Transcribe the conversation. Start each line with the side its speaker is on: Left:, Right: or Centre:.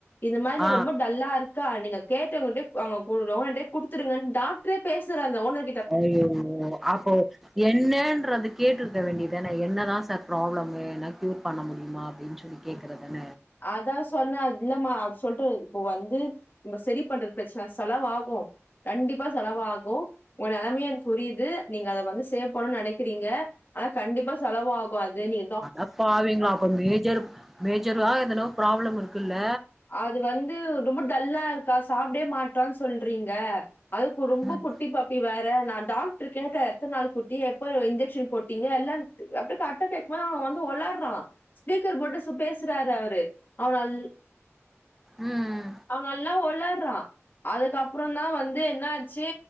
Left: இத மாரி
Centre: ஆ
Left: ரொம்ப டல்லா இருக் க்கா நீங்க கேட்டவங்கட்ட அவங்க <unintelligible> அப்டடே குடுத்துருங்க டாக்டரே பேசுற ஓன்ன
Centre: அய்யோ அப்போ என்னன்றதுக் கேட்ருக்க வேண்டியதான என்ன தா சார் ப்ராப்ளமு ஏனா க்யூர் பண்ண முடியுமா அப்டின்னு சொல்லி கேக்குறதான
Left: அதா சொன்னே அது இல்லமா அவ சொல்ட்டு இப்போ வந்து நம்ம சரி பண்றது பிரச்சன செலவாகு கண்டிப்பா செலவாகு ஒரு நெலைமைய எனக் புரியுது நீங்க அத வந்து சேவ் பண்ணுனு நெனைக்கிறீங்க ஆனா கண்டிப்பா செலவாகு அது நீ
Centre: அதா பாவீங்களா அப்ப மேஜர் மேஜர்வா எதுன ப்ராப்ள இருக்குல்ல
Left: அது வந்து ரொம்ப டல்லா இருக்கா சாப்டே மாட்றான்னு சொல்றீங்க அது கு ரொம்ப
Centre: ம்
Left: குட்டி பாப்பி வேற நா டாக்டரு கேட்டே எத்தன்னாள் குட்டி எப்ப இன்ஜெக்ச ஷன் போட்டீங்க எல்லா அப்டே கர்ட்டா கேக்கும் போது அவ வந்து ஒளர்றா ஸ்பீக்கர் போட்டு சு பேசுறாரு அவுரு அவு நல்
Centre: ம்
Left: அவ நல்லா ஒளர்றா அதுக்கப்ரோந்தா வந்து என்னாச்சு